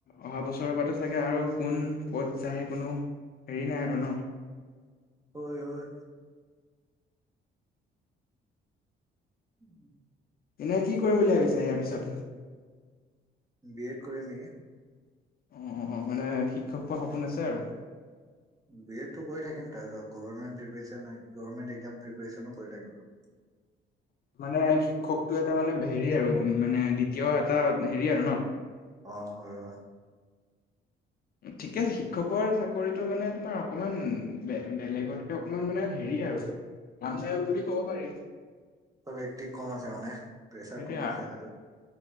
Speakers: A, on the left; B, on the right.
A: অহা বছৰৰ পৰাো চাগে আৰু কোন ক'ত যায় কোনো হেৰি নাই আৰু ন।
B: হয় হয়। উম।
A: এনেই কি কৰিম বুলি ভাবিছা ইয়াৰ পিছত?
B: বি এড কৰি ম নেকি?
A: অ অ অ মানে শিক্ষক হোৱাৰ সপোন আছে আৰু।
B: বি এডটো কৰি থাকিম তাৰপিছত গভমেণ্ট প্ৰিপেচন গভৰ্মেণ্ট এক্জাম প্ৰিপেৰেশ্যনো কৰি থাকিম আৰু।
A: মানে শিক্ষকটো এটা মানে হেৰি আৰু মানে দ্বিতীয় এটা হেৰি আৰু ন।
B: অ হয় হয়।
A: ঠিকেছে শিক্ষকৰ চাকৰিতটো মানে তোমাৰ অকমান বেলেগতকে অকমান মানে হেৰি আৰু মানচাই বুলি ক'ব পাৰি।
B: হেকটিক কম আছে মানে প্ৰেছাৰ
A: সেইটোৱে
B: কম
A: আ-
B: আছে আৰু।